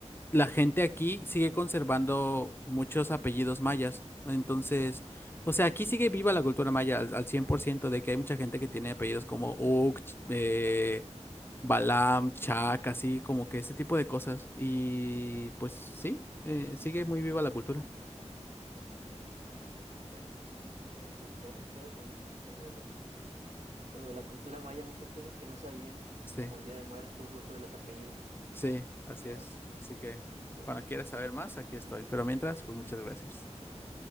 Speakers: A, on the left (about 20°); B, on the right (about 70°).
A: la gente aquí sigue conservando muchos apellidos mayas. Entonces, o sea, aquí sigue viva la cultura maya al, al 100% de que hay mucha gente que tiene apellidos como Uk, Ch- eh, Balam, Chak, así como que ese tipo de cosas. Y pues sí, eh, sigue muy viva la cultura.
B: Mira, me que, bueno, me gustó, me quedo con eso, con lo de los con lo de la cultura maya, muchas cosas que no sabía,
A: Sí,
B: como el Día de Muertos, lo uso de los apellidos.
A: sí, así
B: Está suave.
A: es. Así que
B: Sí.
A: cuando quieras saber más, aquí estoy. Pero mientras, pues muchas gracias.